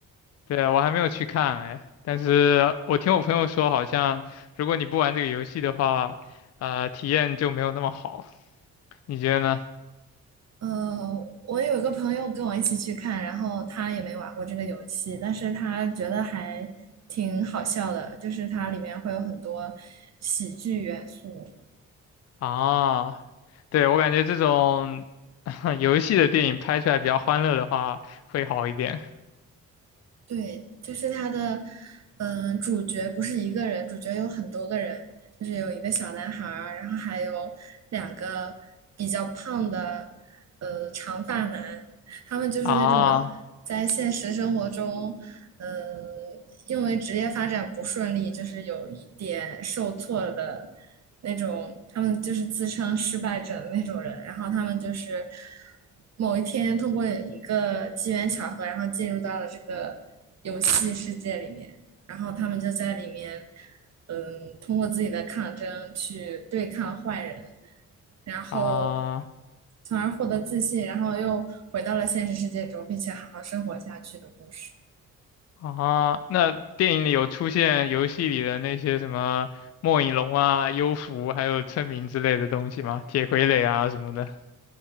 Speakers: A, on the left; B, on the right.
A: 对，我还没有去看哎，但是我听我朋友说，好像如果你不玩这个游戏的话，呃，体验就没有那么好。你觉得呢？
B: 呃，我有一个朋友跟我一起去看，然后他也没玩过这个游戏，但是他觉得还挺好笑的，就是它里面会有很多喜剧元素。
A: 啊，对，我感觉这种 <laughs> 游戏的电影拍出来比较欢乐的话，会好一点。
B: 对，就是他的，嗯，主角不是一个人，主角有很多个人，就是有一个小男孩儿，然后还有两个比较胖的，呃，长发男，他们就是那种在现实生活中，
A: 啊
B: 嗯、呃因为职业发展不顺利，就是有一点受挫的那种，他们就是自称失败者的那种人，然后他们就是某一天通过一个机缘巧合，然后进入到了这个游戏世界里面，然后他们就在里面，嗯，通过自己的抗争去对抗坏人。然后
A: 啊。
B: 从而获得自信，然后又回到了现实世界中，并且好好生活下去的故事。
A: 啊，那电影里有出现游戏里的那些什么末影龙啊、幽浮，还有村民之类的东西吗？铁傀儡啊什么的。